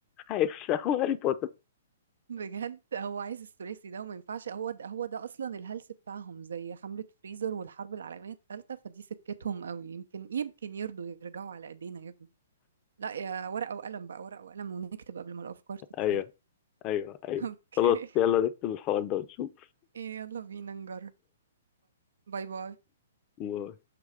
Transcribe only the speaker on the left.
هيفشخوا هاري بوتر
ايوه ايوه ايوه
خلاص يلا نكتب الحوار ده ونشوف
يلا